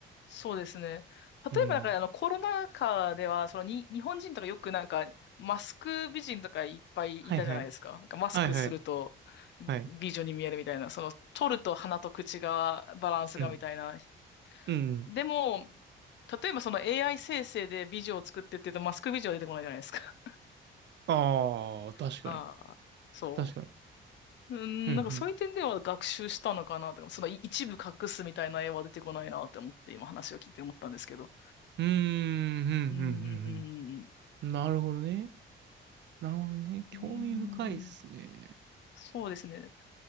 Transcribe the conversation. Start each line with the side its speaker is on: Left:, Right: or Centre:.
Left: そうですね。例えば、
Right: うん。
Left: なんか、あの、コロナ禍では、そのに、日本人とかよくなんか、マスク美人とかいっぱいいたじゃないですか。
Right: はいはい。
Left: なんかマスクすると美美女に見えるみたいな、
Right: はいはい。はい。
Left: その、取ると鼻と口が、バランスがみたいな。
Right: うん。うん。
Left: でも、例えばその AI 生成で美女を作ってって言うと、マスク美女は出てこないじゃないですか。
Right: ああ、
Left: <laughs>
Right: 確かに。
Left: ああ、そ
Right: 確かに。
Left: う。うん、
Right: うん、
Left: なんかそういう点では学習したのかなとか、そのい一部隠すみたいな絵は出てこないなって思って今話を聞いて思ったんですけど。
Right: うん。うーん、うん、
Left: うん。
Right: うん、うん。うんなるほどね。なるほどね。興味深いっすね。
Left: うーんそうですね。